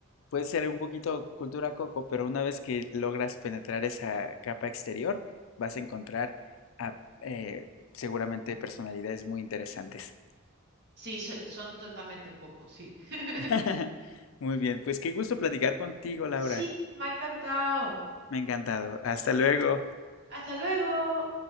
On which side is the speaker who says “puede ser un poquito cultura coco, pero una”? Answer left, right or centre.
Left